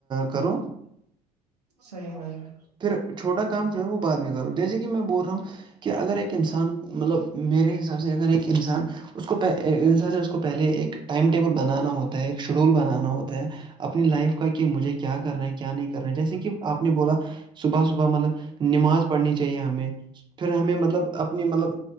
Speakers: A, on the right; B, on the right.
A: کرو
B: صحیح بھائی جان
A: پھر چھوٹا کام جو ہے وہ بع میں کرو جیسے کہ میں بول رہا ہوں کہ اگر ایک انسان مطلب میرے حساب سے اگر ایک انسان اس کوہ انسان اس کو پہلے ایک ٹائم ٹیبل بنانا ہوتا ہے ایک شیڈول بنانا ہوتا ہے اپنی لائف کا کہ مجھے کیا کرنا ہے کیا نہیں کرنا ہے جیسے کہ آپ نے بولا صبح صبح مطلب نماز پڑھنی چاہیے ہمیں پھر ہمیں مطلب م اپنی مطلب